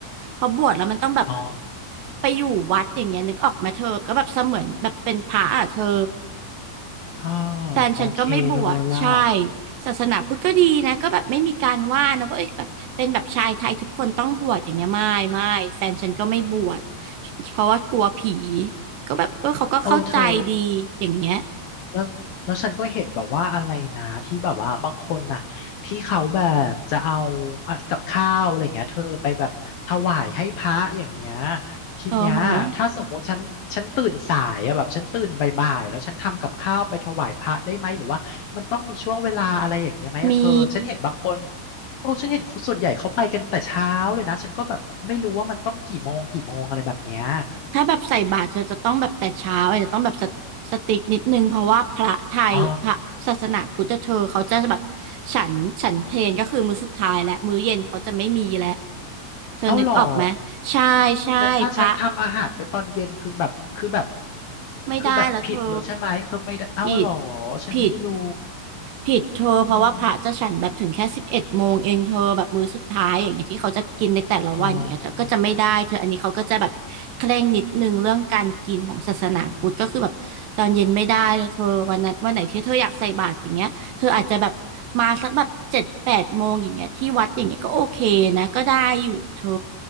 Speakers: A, on the right; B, on the left.
A: พอบวชแล้วมันต้องแบบ
B: อ๋อ
A: ไปอยู่วัดอย่างเงี้ยนึกออกไหมเธอก็แบบเสมือนแบบเป็นพระอ่ะเธอ
B: อ๋อ
A: แฟนฉันก็ไม่บวชใช่
B: โอเคเลยอ่ะ
A: ศาสนาพุทธก็ดีนะก็แบบไม่มีการว่านะว่าเอ้ยแบบเป็นแบบชายไทยทุกคนต้องบวชอย่างเงี้ยไม่ไม่แฟนฉันก็ไม่บวชเพราะว่ากลัวผีก็แบบเออเขาก็เข้าใจดีอย่างเงี้ย
B: เออเธอ แล้วแล้วฉันก็เห็นแบบว่าอะไรนะที่แบบว่าบางคนน่ะที่เขาแบบจะเอาอ่ะกับข้าวอะไรเงี้ยเธอไปแบบถวายให้พระอย่างเงี้ยทีเนี้ยถ้าสมมติฉันฉันตื่นสายอะแบบฉันตื่นบ่ายๆแล้วฉันทำกับข้าวไปถวายพระได้ไหมหรือว่ามันต้องมีช่วงเวลาอะไรอย่างเงี้ยไหมอะเธอฉันเห็นบางคน
A: เออเหรอมี
B: โอ้ฉันเห็นคนส่วนใหญ่เขาไปกันแต่เช้าเลยนะฉันก็แบบไม่รู้ว่ามันต้องกี่โมงกี่โมงอะไรแบบเนี้ย
A: ถ้าแบบใส่บาตรเธอจะต้องแบบแต่เช้าอาจจะต้องแบบสตสติกนิดนึงเพราะว่าพระไทยพระศาสนาพุทธเธอเขาจะแบบ
B: อ๋อ
A: ฉันฉันเพลก็คือมื้อสุดท้ายและมื้อเย็นเขาจะไม่มีแล้วเธอนึกออกไหมใช่ใช่พระ
B: เอาเหรอ งั้นถ้าฉันทำอาหารไปตอนเย็นคือแบบคือแบบ
A: ไม่ได้แล้วเธอ
B: คือแบบผิดเลยใช่ไหมคือไม่ได้เอาเหรอ
A: ผิด
B: ฉันไม่รู้
A: ผิด ผิดเธอเพราะว่าพระจะฉันแบบถึงแค่สิบเอ็ดโมงเองเธอแบบมื้อสุดท้ายอย่างเงี้ยที่เขาจะกินในแต่ละวันอย่างเงี้ยเธอก็จะไม่ได้เธออันนี้เขาก็จะแบบเคร่งนิดนึงเรื่องการกินของศาสนาพุทธก็คือแบบตอนเย็นไม่ได้เลยเธอวันนั้นวันไหนที่เธออยากใส่บาตรอย่างเงี้ยเธออาจจะแบบมาสักแบบเจ็ดแปดโมงอย่างเงี้ยที่วัดอย่างเงี้ยก็โอเคนะก็ได้อยู่เธอ
B: อืมอ๋ออืม